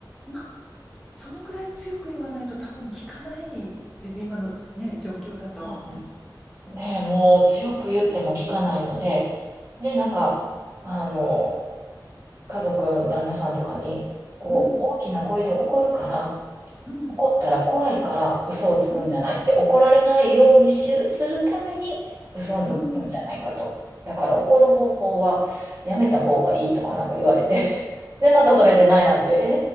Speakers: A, in the centre; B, on the right (about 45°).
A: なそのぐらい強く言わないと多分効かないですね、今のね、状況だと。
B: はいねえ <laughs>、もう強く言っても聞かないので、で、なんか、あの、家族、旦那さんとかに、こう、
A: うん、
B: 大きな声で怒るから、
A: うん、
B: 怒ったら怖いから嘘をつくんじゃないって怒られないようにする、
A: うん、
B: するために嘘をつくんじゃないかと。
A: うん、
B: だから怒る方法はやめた方がいいとかなんか言われて <laughs> でまたそれで悩んで「えー、